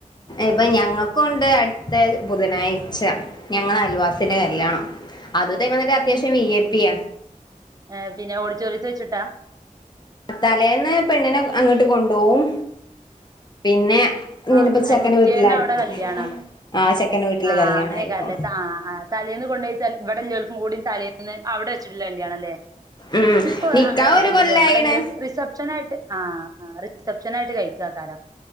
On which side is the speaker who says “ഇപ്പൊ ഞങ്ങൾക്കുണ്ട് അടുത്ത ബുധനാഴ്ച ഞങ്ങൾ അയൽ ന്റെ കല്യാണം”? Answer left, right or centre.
Left